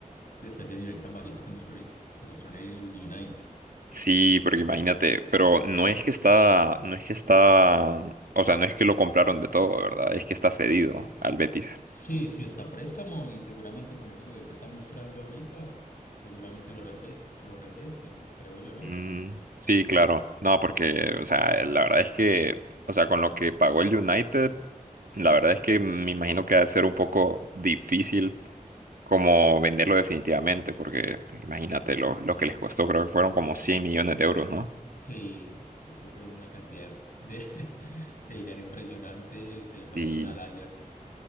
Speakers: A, on the left (about 70°); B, on the right (about 75°).
A: después del nivel tan bajito que mostró, que mostró en el United.
B: Sí, porque imagínate, pero no es que está, no es que está, o sea, no es que lo compraron de todo, ¿verdad? Es que está cedido al Betis.
A: Sí, sí, está a préstamo y seguramente con ese nivel que está mostrando ahorita, seguramente lo repes, lo repesquen, creo yo, ¿no?
B: Mm, sí, claro. No, porque, o sea, la verdad es que, o sea, con lo que pagó el United, la verdad es que me imagino que ha de ser un poco difícil como venderlo definitivamente, porque imagínate lo, lo que les costó, creo que fueron como cien millones de euros, ¿no?
A: Sí, eso fue una cantidad de, <laughs> de dinero impresionante que le pagaron
B: Y
A: al Ajax